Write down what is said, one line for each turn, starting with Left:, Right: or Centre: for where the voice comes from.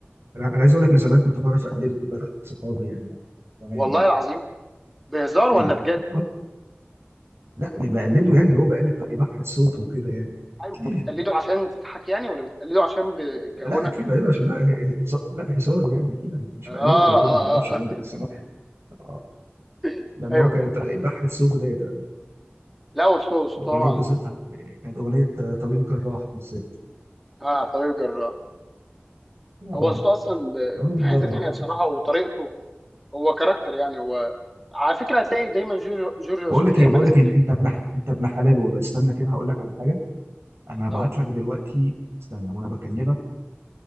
Right: انا انا عايز اقول لك انا زمان كنت بعرف اقلده كنت بضحك صحابي يعني زمان
Centre: والله
Right: يعني
Centre: العظيم بهزار
Right: <clears throat>
Centre: ولا بجد
Right: <laughs> لا بقلده يعني اللي هو بقلد طريقة- يضحك صوته وكده يعني
Centre: ايوه
Right: <clears throat>
Centre: بتقلده عشان تضحك يعني ولا بتقلده عشان ب... كغنى
Right: لا اكيد بقلده عشان لا هزار لا هزار يعني اكيد يعني مش
Centre: اه
Right: بقلده كغني
Centre: اه
Right: انا ما بعرفش اغني
Centre: اه
Right: بس انا آه.
Centre: <laughs>
Right: لما
Centre: ايوه
Right: هو كان
Centre: ايوه
Right: بحت صوته ديت
Centre: لا وسوس طبعا
Right: اغنيه بالذات بتاعت- كانت اغنيه طبيب جراح بالذات
Centre: اه طبيب جراح
Right: اه
Centre: هو صوته اصلا ب-
Right: طبيب
Centre: في
Right: جراح
Centre: حته تانية بصراحه وطريقته هو كاركتر يعني هو على فكره هتلاقي دايما جورج جورج
Right: بقول
Centre: وسوف
Right: لك
Centre: يا
Right: ايه
Centre: اما
Right: بقول
Centre: ناس
Right: لك إيه، انت ابن ح- انت ابن حلال والله استنى كده هقول لك على حاجه انا هبعت
Centre: اه
Right: لك دلوقتي استنى وانا بكلمك